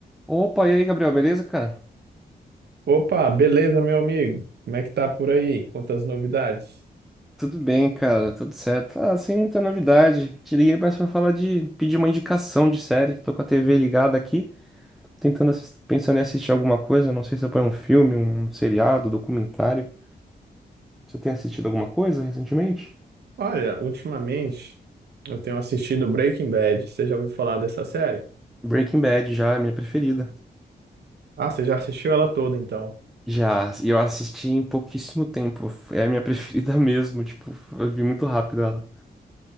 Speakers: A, in the centre; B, on the right (about 80°).
A: Opa, e aí, Gabriel, beleza, cara?
B: Opa, beleza, meu amigo? Como é que tá por aí? Quantas novidades?
A: Tudo bem, cara, tudo certo. Ah, sem muita novidade. Te liguei mais pra falar de pedir uma indicação de série. Tô com a TV ligada aqui, tentando assis- pensando em assistir alguma coisa. Não sei se eu ponho um filme, um seriado, documentário. Você tem assistido alguma coisa recentemente?
B: Olha, ultimamente eu tenho assistido Breaking Bad. Você já ouviu falar dessa série?
A: Breaking Bad já é a minha preferida.
B: Ah, você já assistiu ela toda, então.
A: Já, e eu assisti em pouquíssimo tempo. É a minha <laughs> preferida mesmo, tipo, eu vi muito rápido ela.